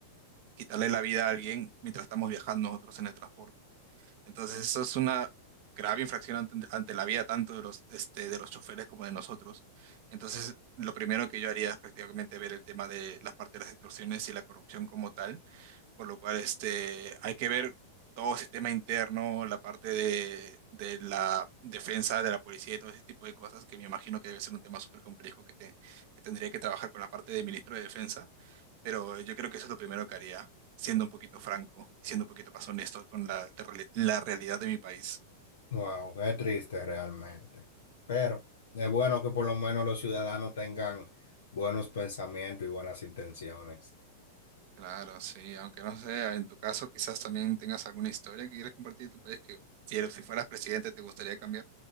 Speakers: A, on the right; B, on the left.
A: quitarle la vida a alguien mientras estamos viajando nosotros en el transporte. Entonces, eso es una grave infracción ante, ante la vida tanto de los, este, de los choferes como de nosotros. Entonces, lo primero que yo haría es prácticamente ver el tema de la parte de las extorsiones y la corrupción como tal, por lo cual este, hay que ver todo el sistema interno, la parte de, de la defensa de la policía y todo ese tipo de cosas, que me imagino que debe ser un tema súper complejo que, te- que tendría que trabajar con la parte del ministro de Defensa pero yo creo que eso es lo primero que haría, siendo un poquito franco y siendo un poquito más honesto con la, la reali- la realidad de mi país.
B: Wow, qué triste realmente. Pero es bueno que por lo menos los ciudadanos tengan buenos pensamientos y buenas intenciones.
A: Claro, sí, aunque no sé, en tu caso quizás también tengas alguna historia que quieras compartir de tu país que si, eres- si fueras presidente te gustaría cambiar.